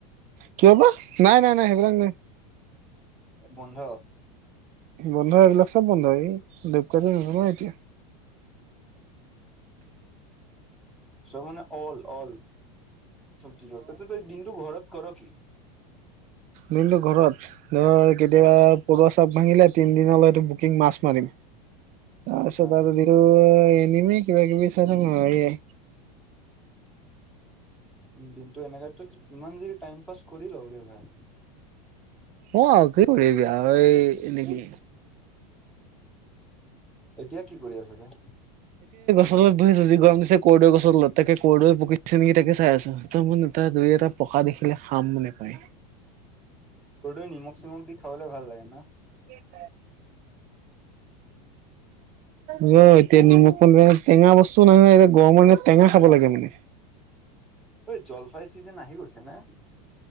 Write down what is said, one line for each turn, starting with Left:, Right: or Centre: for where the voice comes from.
Right: কিয় বা নাই নাই নাই হেই বিলাক নাই।
Centre: বন্ধ
Right: বন্ধ এইবিলাক চব বন্ধ এই বেগ কৰিব নোৱাৰ এতিয়া
Centre: চব মানে অল অল চব্জিৰ লগ তাতে তই দিনটো ঘৰত কৰ কি?
Right: দিনটো ঘৰত ধৰ কেতিয়াবা
Centre: অ
Right: পৰুৱা চাপ ভাঙিলে তিনি দিনত এইটো বুকিং মাছ মাৰিম আচ্ছা
Centre: অ
Right: এনেও কিবা কিবি নোৱাৰিযে।
Centre: <unintelligible> উম দিনটো এনেকা ইমান দেৰি টাইম পাছ কৰি লওঁ দে ভাই
Right: অ আৰু কয়া এনে কি
Centre: এতিয়া কি কৰি আছ
Right: গছলত বহিছো যিৰম দিছে কৰ্দৈ গছ তত তে কদৈ পকিছে নেকি তাকে চাই আছো ত মান এটা দুই এটা <unintelligible> থকা দেখিলে খাম নে পায়
Centre: <unintelligible> <inaudible> কটো নিমখ চিমখ দি খাবালে ভাল লাগে ন
Right: <unintelligible> ৰ এতিয়া নিমখ টেঙা বস্তু নাইয়ে এতিয়া গৰমৰ দিনত টেঙা খাব লাগে মানে।
Centre: ঐ জলফাই চিজেন আহি গৈছে না।